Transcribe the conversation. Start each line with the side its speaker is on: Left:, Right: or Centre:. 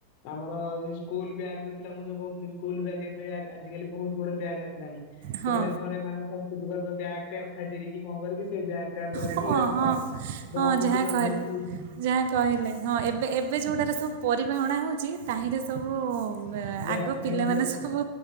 Left: ଆମର ଯୋଉ ସ୍କୁଲ ବ୍ୟାଗ୍ ଯୋଉ ଥିଲା, ମୁଁ ଯୋଉ କହୁଥିଲି ସ୍କୁଲ ବ୍ୟାଗ୍ ଏବେ ଆଜିକାଲି ବହୁତ ଗୁଡେ ବ୍ୟାଗ୍ ଆସିଲାଣି। ସେତେବେଳେ
Right: ହଁ
Left: ଘରେ ମାଙ୍କର <unintelligible> ବ୍ୟାଗ୍। ସେ ଅଖା ଚିରିକି କଣ କରିକି ସେ ବ୍ୟାଗଟାକୁ ଧରିକି
Right: ହଁ ହଁ ହଁ ଯାହା
Left: <unintelligible> ଟିଣ
Right: କହିଲେ
Left: ଧରିକି
Right: ଯାହା କହିଲେ ହଁ ଏବେ ଏବେ ଯେଉଁଟାରେ ସବୁ ପରିବା ଅଣା ହଉଚି ତାହିଁରେ ସବୁ
Left: ବ୍ୟା-
Right: ଆଗ
Left: ଧରିକି
Right: ପିଲାମାନେ
Left: ଆସିଲେ
Right: ସବୁ